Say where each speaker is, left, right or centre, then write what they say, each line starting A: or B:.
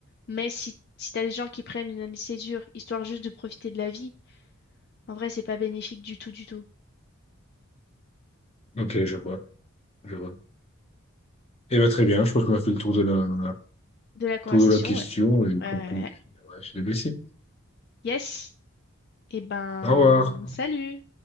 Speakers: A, on the left; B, on the left.
A: Mais si, si t'as des gens qui prennent une année de césure, histoire juste de profiter de la vie, en vrai, c'est pas bénéfique du tout, du tout.
B: Ok, je vois, je vois. Eh ben, très bien, je pense qu'on a fait le tour de la,
A: De la conversation,
B: tour de la question
A: ouais.
B: et
A: Euh,
B: qu'on peut... Ouais, je suis déblessé.
A: yes. Eh ben,
B: Au revoir.
A: salut!